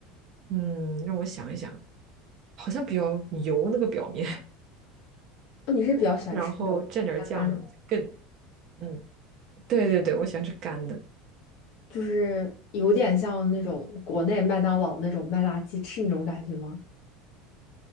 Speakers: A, on the right; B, on the left.
A: 嗯，让我想一想。好像比较油那个表面，
B: 哦你是比较喜欢吃那种干干的，
A: <laughs> 然后蘸点儿酱更，嗯，对对对，我喜欢吃干的，
B: 就是有点像那种国内麦当劳那种麦辣鸡翅那种感觉吗？